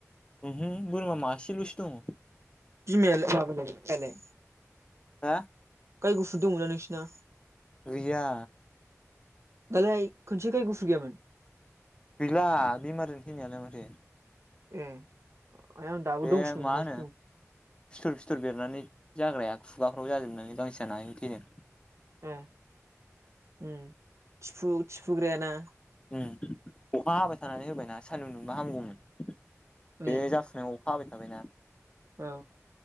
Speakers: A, on the left; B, on the right.
A: उहो बोरमा मासेल'सो दंङ
B: बिमायालाय माबालाय फायालाय
A: हा
B: गाय गुफुर दंना नोंसिना?
A: गैया
B: दालाय खनसे गाय गुफुर गैयामोन?
A: गैला बेमारिजों थैनायालाय माथो
B: ए आं दाबो
A: बे
B: दंसो दंगासिनो
A: मा होनो फिथर-फिथर बेरनानै जाग्राया। खुगाफ्राव जाजोबनानै गांसो जाना हायिनि थैदों
B: उम-उम थिफु-थिफुग्रायाना?
A: उम अखा हाबाय थानानै होबायना सानदुं दुंबा हामगौमोन
B: उम
A: बे जाखानायाव थाबाय-थाबायना
B: औ